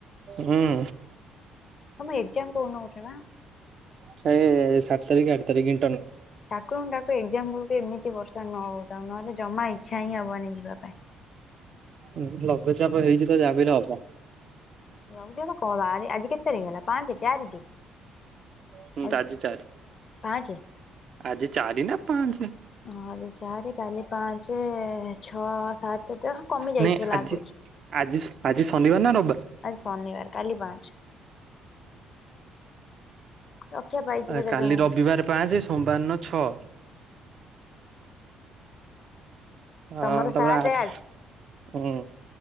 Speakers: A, on the right; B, on the left.
A: ହୁଁ।
B: ତମ ଏକ୍ସାମ୍ କୋଉ ଦିନ ଗୋଟେ ବା?
A: ସେଇ ସାତ ତାରିକି ଆଠ ତାରିକି।
B: ଠାକୁରଙ୍କୁ ଡାକ ଏଗଜାମ୍ ବହୁତ୍ ଏମିତି ବର୍ଷା ନ ହଉଥାଉ ନହେଲେ ଜମା ଇଚ୍ଛା ହିଁ ହବନି ଯିବା ପାଇଁ।
A: ଲ ଲଘୁଚାପ ହେଇଛି ତ ଯାହାବି ହେଲେ ହବ।
B: ଲଘୁଚାପ ବା କହ ଆ ଆଜି କେତେ ତାରିଖ ହେଲା ପାଞ୍ଚା ଚାରିଟି
A: ହୁଁ
B: ଆଜ୍
A: ଆଜି ଚାରି
B: ପାଞ୍ଚେ
A: ଆଜି ଚାରି ନା ପାଞ୍ଚେ
B: ହଁ ଆଜି ଚାରି କାଲି ପାଞ୍ଚ ଛଅ ସାତେ ତ କମି ଯାଇଥିବ
A: ନାଇଁ ଆଜି
B: ଲାଗୁଛି।
A: ଆଜି ଆଜି ଶନିବାର ନା ରବ୍
B: ଆଜି ଶନିବାର କାଲି ପାଞ୍ଚ। ରକ୍ଷା ପାଇଯିବ
A: ଆ
B: ଯା
A: କାଲି
B: ଜଣେ ହଁ
A: ରବିବାରେ ପାଞ୍ଚେ ସୋମବାରନ ଛଅ
B: ତମର
A: ଆଁ ତାପରେ
B: ସାତେ
A: ଆଠେ ହୁଁ।